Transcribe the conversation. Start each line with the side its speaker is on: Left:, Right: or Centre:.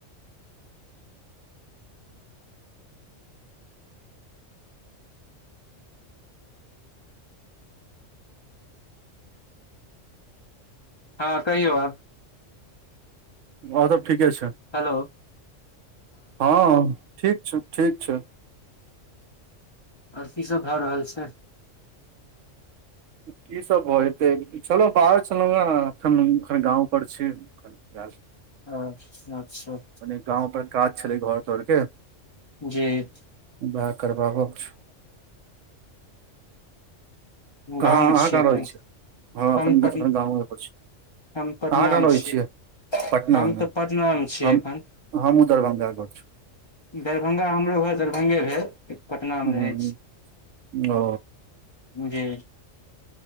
Left: हँ, कहियौ आब।
Right: बौआ सब ठीके छै।
Left: हैलो।
Right: हँ ठीक छै, ठीक छै।
Left: आर की सब भए रहल छै?
Right: की सब भऽ एतै? छलहु बाहर छलहुँ हँ, एखन एखन गाँव पर छी। इ <unintelligible>
Left: हंअच्छा।
Right: मने गाँव पर काज छलै घर तर के।
Left: जी। <unintelligible>
Right: वएह करबाबक छै। कहाँ
Left: गाँवमे
Right: अहाँ कहाँ
Left: एखन
Right: रहै छियै? अहाँ
Left: हम
Right: अपन
Left: पट
Right: ग गाँवें पर छी।
Left: हम पटनामे
Right: अहाँ कहाँ रहै
Left: छी
Right: छियै? पटनामे,
Left: हम तऽ पटनामे छियै
Right: हम
Left: एखन
Right: हँमुँ दरभंगा घर छै।
Left: दरभंगा हमरो घर दरभंगे भेल। पटनामे
Right: ह
Left: रहै
Right: ओ।
Left: मुजे